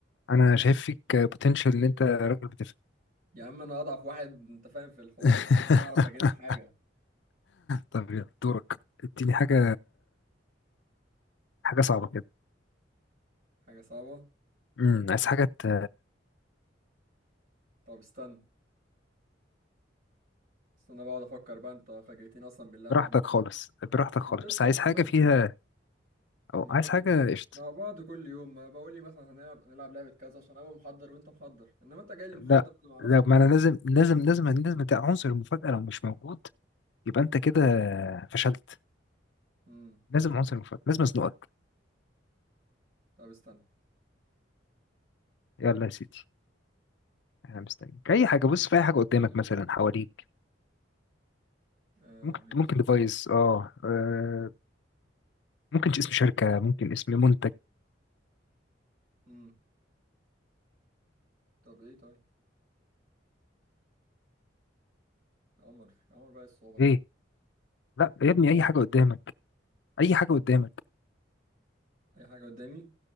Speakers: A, on the left (about 65°); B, on the right (about 55°).
A: انا شايف فيك بوتنشال ان انت راجل بتفهم
B: يا عم انا اضعف واحد انت فاهم في الحوار
A: <laughs>
B: ده ان انا اعرف اجس حاجة
A: طب يلا دورك اديني حاجه حاجه صعبه كده
B: حاجة صعبة
A: امم
B: مم.
A: عايز حاجه ت-
B: طب استنى استنى بقعد افكر بقى انت فاجئتني اصلا باللعبة
A: براحتك
B: دي
A: خالص براحتك خالص
B: انت اصلا
A: بس عايز
B: ما
A: حاجه
B: احنا
A: فيها او
B: ما احنا
A: عايز
B: بن-
A: حاجه قشط
B: مع بعض كل يوم ما بقول لي مثلا هنلعب نلعب لعبة كذا عشان ابقى محضر وانت محضر انما انت جاي لي محضر
A: لا
B: انا ما اعرفش
A: لا
B: حاجة
A: ما انا لازم لازم لازم لازم ده عنصر المفاجاه لو مش موجود يبقى انت كده فشلت
B: امم
A: لازم عنصر المفاجاه لازم ازنقك
B: طب استنى
A: يلا يا سيدي انا مستنيك اي حاجه بص في اي حاجه قدامك مثلا حواليك
B: آه
A: ممكن
B: ماشي
A: ممكن ديفايس
B: استنى.
A: اه آه، ممكن اسم شركة ممكن اسم منتج
B: امم طب ايه طيب عمر عمر بقى الصعوبة ده
A: ايه
B: يا عمر.
A: لا يا ابني اي حاجة قدامك اي حاجة قدامك
B: اي حاجة قدامي